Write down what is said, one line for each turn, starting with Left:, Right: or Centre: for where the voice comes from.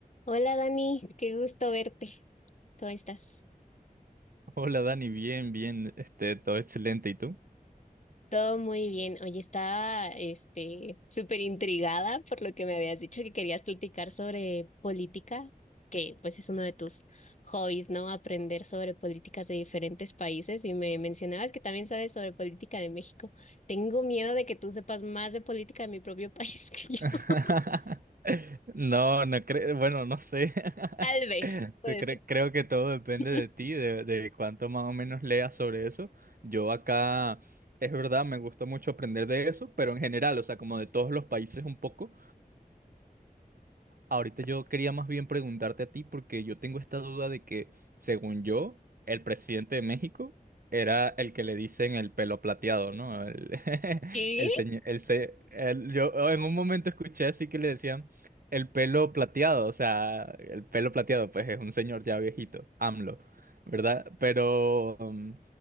Left: Hola Dani, qué gusto verte. ¿Cómo estás?
Right: Hola Dani, bien, bien, este, todo excelente, ¿y tú?
Left: Todo muy bien. Oye, estaba este súper intrigada por lo que me habías dicho que querías platicar sobre política, que pues es uno de tus hobbies, ¿no? Aprender sobre políticas de diferentes países y me mencionabas que también sabes sobre política de México. Tengo miedo de que tú sepas más de política de mi propio <laughs> país que yo.
Right: <laughs>
Left: <laughs>
Right: No, no creo, bueno, no sé. <laughs>
Left: Tal vez, puede
Right: Te cre-
Left: ser.
Right: creo que todo depende
Left: <laughs>
Right: de ti, de, de cuánto más o menos leas sobre eso. Yo acá, es verdad, me gusta mucho aprender de eso, pero en general, o sea, como de todos los países un poco, Ahorita yo quería más bien preguntarte a ti porque yo tengo esta duda de que, según yo, el presidente de México era el que le dicen el pelo plateado, ¿no? El, <laughs>
Left: ¿Qué?
Right: el señor, el, se- el- yo oh, en un momento escuché así que le decían el pelo plateado, o sea, el pelo plateado, pues es un señor ya viejito, AMLO, ¿verdad? Pero, mm,